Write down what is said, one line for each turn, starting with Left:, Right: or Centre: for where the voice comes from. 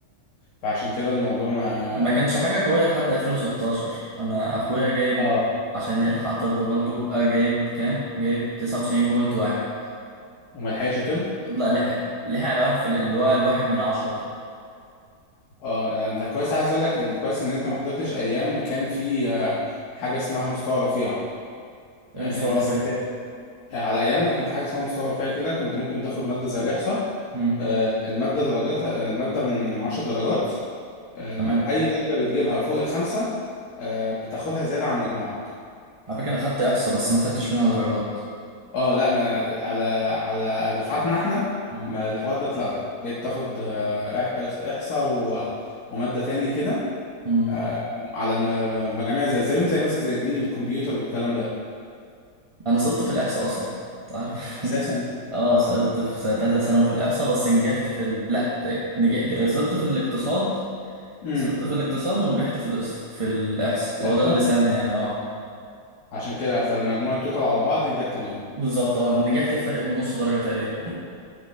Left: فعشان كده الموضوع ما
Right: ما كانش حاجة قوية لحد 2016 أنا أخويا جايب
Left: اه
Right: عشان يلحق طب برضو آه، جايب كام؟ جايب 99.1
Left: وما لحقش طب
Right: لا لحق لحق على واحد في ال- اللي هو الواحد من عشرة ده
Left: اه انت كويس عايز اقول لك ان كويس ان انت ما حضرتش ايام ما كان في آه، حاجه اسمها مستوى رفيع
Right: إيه
Left: آه،
Right: مستوى
Left: الناس
Right: رفيع
Left: اللي
Right: ده؟
Left: كانت على ايامنا كان في حاجه اسمها مستوى رفيع كده كنت ممكن تاخد ماده زي الاحصاء
Right: مم.
Left: آه، الماده درجاتها الماده من من 10 درجات آه،
Right: تمام
Left: اي درجه بتجيبها فوق الخمسه آه، بتاخدها زياده عن مجموعك
Right: على فكرة أنا خدت إحصاء بس ما خدتش منها درجات
Left: اه لا ما على على دفعاتنا احنا
Right: مم.
Left: ما الحوار ده اتلغى بقيت تاخد آه، إح- احصاء و- وماده تاني كده
Right: مم.
Left: آه، على الم- المجاميع زي زيهم زي مثلا زي الدين والكمبيوتر والكلام ده
Right: أنا سقطت في الإحصاء أصلا تعرف
Left: اساسا
Right: <laughs> آه سقطت في سنة تالتة ثانوي في الإحصاء بس نجحت في ال... لا إيه، نجحت سقطت في الاقتصاد
Left: امم
Right: سقطت في الاقتصاد ونجحت في الإس... في الإحصاء فهو
Left: الاحصاء
Right: ده اللي ساعدني أنا آه
Left: عشان كده فالمجموع التوتال على بعض نجحت بيهم
Right: بالظبط اه نجحت بفرق نص درجة تقريبا